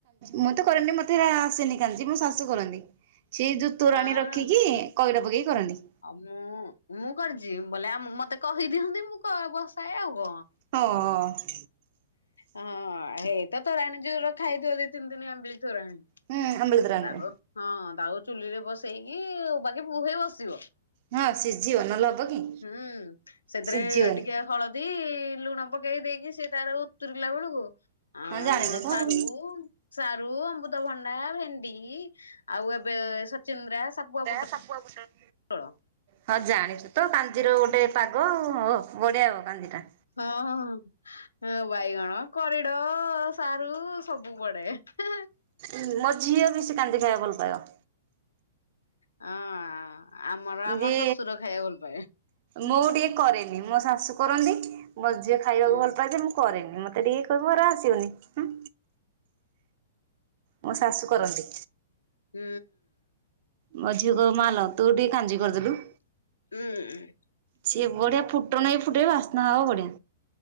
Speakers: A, on the right; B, on the left.
A: ମୁଁ ତ କରେନି ମୋତେ ଆସେନି କାଞ୍ଜି। ମୋ ଶାଶୁ କରନ୍ତି ସେ ଜୋଉ ତୁରାଣି
B: ଆଁ
A: ରଖିକି କଇଡ଼ ପକେଇ କରନ୍ତି।
B: ଆଉ ମୁଁ ମୁଁ କରିଛି ବୋଲେ ଆ ମତେ କହିଦିଅନ୍ତି ମୁଁ ବସାଏ ଆଉ କଣ।
A: ହଁ।
B: ହଁ ହେଇତ ତୋରାଣୀ ଯୋଉ ରଖା ହେଇଥିବ ଦି ତିନି ଦିନ ଆମ୍ୱଳି ତୋରାଣୀ।
A: ହଁ ଆମ୍ବିଳି ତୋରାଣୀରେ
B: ତା ହଁ ତାକୁ ଚୁଲିରେ ବସେଇକି ବାକି ବୁହେ ବସିବ।
A: ହଁ ସିଝିବ ନହେଲେ ହବ କି?
B: ହୁଁ ସେଥିରେ
A: ସିଝିବନି
B: ଟିକେ ହଳଦୀ ଲୁଣ ପକେଇ ଦେଇକି ସେ ତାର ଉତୁରିଲା ବେଳକୁ ହ
A: ହଁ ଜାଣିଛ ତ
B: ସାରୁ
A: ଆଉ।
B: ସାରୁ, ଅମୃତଭଣ୍ଡା, ଭେଣ୍ଡି ଆଉ ଏବେ ସଚିନ୍ଦ୍ରା ସପୁଆ ପୁଟ
A: ସାପୁଆ <unintelligible>
B: <unintelligible>
A: ହଁ ଜାଣିଛୁ ତ କାଞ୍ଜିର ଗୋଟେ ପାଗ ଆଉ ବଢିଆ ହବ କାଞ୍ଜିଟା।
B: ହଁ ହଁ। ହେଁ ବାଇଗଣ କରିଡ ସାରୁ ସବୁ ପଡେ ହେଁ ହେଁ।
A: ଉଁ ମୋ ଝିଅ ବେଶୀ କାନ୍ଦି ଖାଇଆକୁ ଭଲ ପାଇବ।
B: ଅଁ ଆ ଆମର ଆମ
A: ଯେ
B: ଶଶୁର ଖାଇଆକୁ ଭଲପାଏ।
A: ମୁଁ ଟିକେ କରେନି ମୋ ଶାଶୁ କରନ୍ତି ମୋ ଝିଅ ଖାଇବାକୁ
B: ହୁଁ
A: ଭଲ ପାଏ ଯେ ମୁଁ କରେନି ମତେ ଟିକେ କହିବୁ ମୋର ଆସିବନି ହୁଁ। ମୋ ଶାଶୁ କରନ୍ତି।
B: ହୁଁ।
A: ମୋ ଝିଅ କହିବ ମା ଲୋ ତୁ ଟିକେ କାଞ୍ଜି କରିଦେଲୁ।
B: ଉଁ
A: ସିଏ ବଢିଆ ଫୁଟଣ ବି ଫୁଟେଇବେ ବାସ୍ନା ହବ ବଢିଆ।